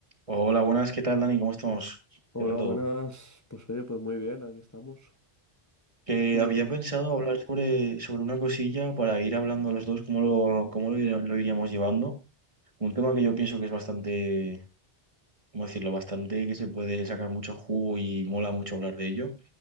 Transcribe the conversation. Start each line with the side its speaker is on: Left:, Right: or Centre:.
Right: Hola, buenas, ¿qué tal, Dani? ¿Cómo estamos?
Left: Hola,
Right: ¿Qué tal todo?
Left: buenas. Pues oye, pues muy bien, aquí estamos.
Right: Que
Left: ¿Tú
Right: había
Left: qué tal?
Right: pensado hablar sobre, sobre una cosilla para ir hablando los dos, cómo lo, cómo lo, ir- lo iríamos llevando. Un tema que yo pienso que es bastante, ¿cómo decirlo? Bastante que se puede sacar mucho jugo y mola mucho hablar de ello.